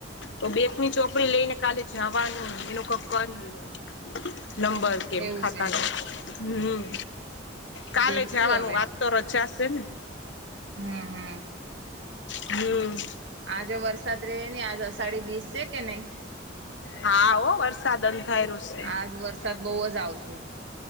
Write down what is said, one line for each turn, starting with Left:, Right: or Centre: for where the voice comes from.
Left: તો બેકની ચોપડી લઈને કાલે જવાનું એનો ક કરી નંબર કેમ
Right: એવું
Left: ખાતાનું
Right: છે
Left: હમ કાલે
Right: દેખશું
Left: જવાનું
Right: હવે
Left: વાત તો રજા છે ને
Right: હમ હમ
Left: હમ
Right: આજે વરસાદ રહે ની આજ અષાઢી બીસ છે કે નહી
Left: હા ઓ વરસાદ અંધાય રું છે
Right: આજ વરસાદ બહુ જ આવશે